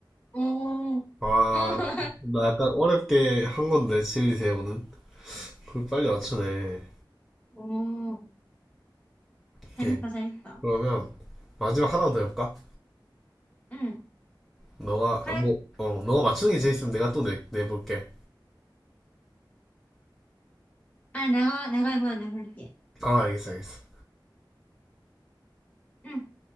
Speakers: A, on the left (about 20°); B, in the centre.
A: 오, 오
B: 아,
A: <laughs>
B: 나 약간 어렵게 한 건데, 칠리 새우는. 그걸 빨리 맞추네.
A: 오,
B: 오케이.
A: 재밌다, 재밌다.
B: 그러면 마지막 하나 더 해볼까?
A: 응,
B: 너가
A: 그래.
B: 아, 뭐 어, 너가 맞추는 게 재밌으면 내가 또 내, 내볼게.
A: 아니, 내가, 내가 이번에 내볼게.
B: 아, 알겠어, 알겠어.
A: 응,